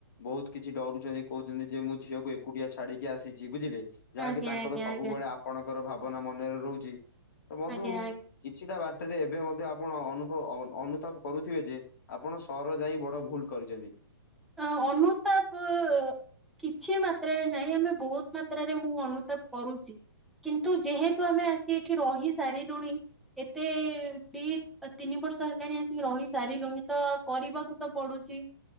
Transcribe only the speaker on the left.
ବହୁତ୍ କିଛି ଡରୁଛନ୍ତି କହୁଛନ୍ତି ଯେ ମୁଁ ଝିଅକୁ ଏକୁଟିଆ ଛାଡିକି ଆସିଛି ବୁଝିଲେ ଯାହାକି
ତାଙ୍କର
ସବୁବେଳେ
ଆପଣଙ୍କର ଭାବନା ମନରେ ରହୁଛି ତ
ବନ୍ଧୁ
କିଛିଟା ବାଟରେ ଏବେ ମଧ୍ୟ ଆପଣ ଅନୁଭବ ଅ ଅନୁତାପ କରୁଥିବେ ଯେ ଆପଣ ସହର ଯାଇ ବଡ ଭୂଲ କରିଛନ୍ତି।